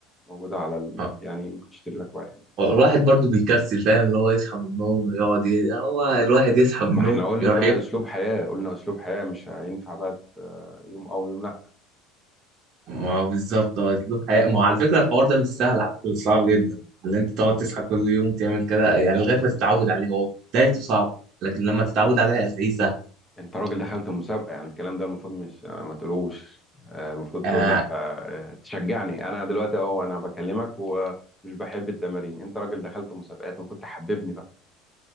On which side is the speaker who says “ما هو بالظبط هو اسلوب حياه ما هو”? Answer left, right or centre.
Right